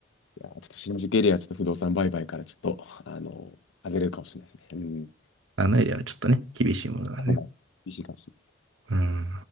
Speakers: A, on the left; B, on the right.
A: ちょっと新宿エリア、ちょっと不動産売買から、ちょっと、あの、外れるかもしれないですね。うん。
B: あのエリアはちょっとね、厳しいものがあるね。
A: 危ないです厳しいかもしれない。
B: うん。